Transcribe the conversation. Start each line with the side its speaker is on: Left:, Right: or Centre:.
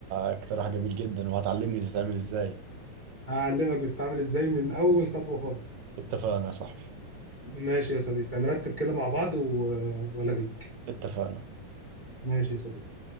Right: اقتراح جميل جدا وهتعلمني تتعمل ازاي
Left: هعلمك بتتعامل ازاي من اول خطوه خالص
Right: اتفقنا يا صاحبي
Left: ماشي يا صديقي هنرتب كده مع بعض و... والغيك
Right: اتفقنا
Left: ماشي يا صديقي